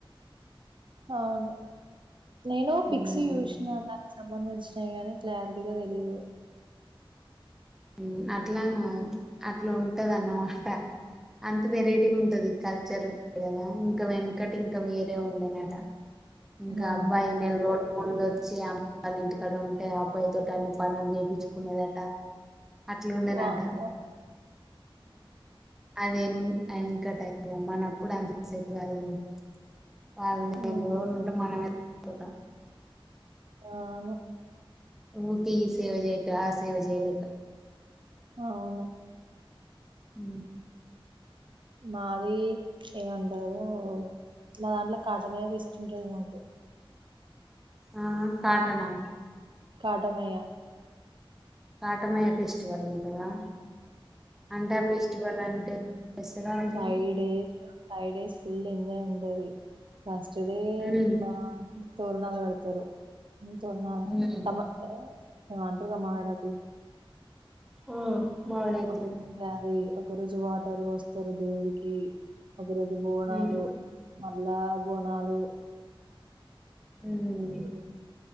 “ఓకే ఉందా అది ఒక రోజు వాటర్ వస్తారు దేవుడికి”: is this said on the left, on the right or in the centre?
Right